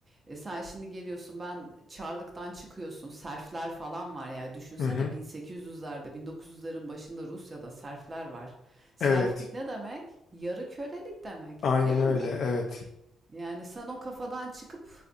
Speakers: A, on the right; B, on the left.
A: E sen şimdi geliyorsun ben Çarlık'tan çıkıyorsun. Serfler falan var ya düşünsene
B: Hı hı.
A: 1800'lerde 1900'lerin başında Rusya'da serfler var. Serflik
B: Evet.
A: ne demek? Yarı kölelik demek
B: Aynen
A: değil
B: öyle.
A: mi?
B: Evet.
A: Yani sen o kafadan çıkıp